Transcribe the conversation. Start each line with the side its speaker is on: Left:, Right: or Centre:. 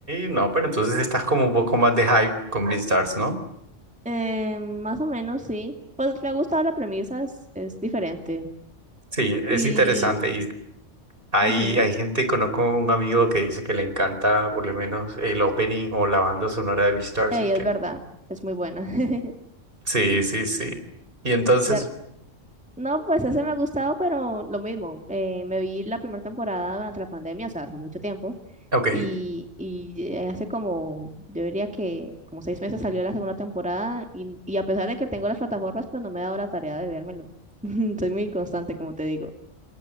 Right: no, pero entonces estás como un poco más de hype con BeatStars, ¿no?
Centre: Eh, más o menos, sí. Pues me ha gustado la premisa, es, es diferente.
Right: Sí, es
Centre: Y
Right: interesante. Y hay,
Centre: ujú,
Right: hay gente, conozco un amigo que dice que le encanta por lo menos el opening o la banda sonora de BeatSars
Centre: ey,
Right: y
Centre: es
Right: que...
Centre: verdad, es muy buena. <laughs>
Right: Sí, sí, sí. Y entonces,
Centre: De, No, pues ese me ha gustado, pero lo mismo. eh, me vi la primera temporada durante la pandemia, o sea, hace mucho tiempo.
Right: ok.
Centre: Y, y eh, hace como, yo diría que como seis meses salió la segunda temporada. Y, y a pesar de que tengo las plataformas, pues no me he dado la tarea de vérmelo. <laughs> Soy muy inconstante, como te digo.